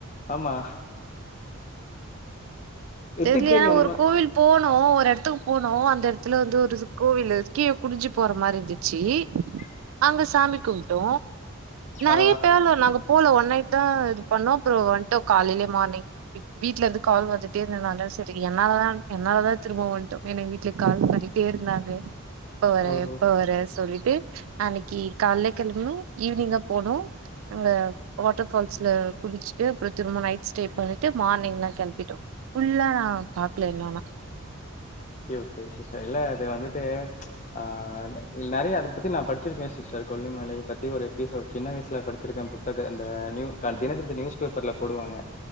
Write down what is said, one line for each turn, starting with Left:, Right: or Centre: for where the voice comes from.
Left: ஆமா எட்டுக்கை
Right: தெர்ல ஆனா
Left: அம்மன்
Right: ஒரு கோவில் போனோ ஒரு எடத்துக்கு போனோ அந்த எடத்துல வந்து ஒரு கோவில்ல கீழ குனிஞ்சு போறமாரி இருந்துச்சு
Left: ஆ
Right: அங்க சாமி கும்ட்டோ நறைய
Left: ஆ
Right: பேர்ல நாங்க போல ஒன் நைட்தா இது பண்ணோ அப்புறோ வண்ட்டோ காலைலயே மார்னிங் வீட்ல இருந்து கால் வந்துட் இருந்தனாலதா செரி என்னாலதா என்னாலதா திரும்பவன்டோ எனக்கு வீட்ல கால் பண்ணிட்டேருந்தாங்க எப்ப வர
Left: ஓஹோ
Right: எப்ப வர சொல்லிட்டு அன்னிக்கி கால்ல கெளம்புனோ ஈவினிங்கா போனோ அங்க வாட்டர்ஃபால்ஸ்ல குளிச்சிட்டு அப்புறோ திரும்ப நைட் ஸ்டே பண்ணிட்டு மார்னிங்லா கெளம்பிட்டோ ஃபுல்லா நா பாக்கல இன்னொன்னா
Left: ஓகே ஓகே சிஸ்டர் இல்ல அது வந்துட்டு ஆ நறைய அத பத்தி நா படிச்சிருக்கே சிஸ்டர் கொல்லிமலை பத்தி ஒரு எப்பிசோட் சின்ன வய்சுல படிச்சிருக்கே புத்தக அந்த நியூ தினத்‌தந்தி நியூஸ் பேப்பர்ல போடுவாங்க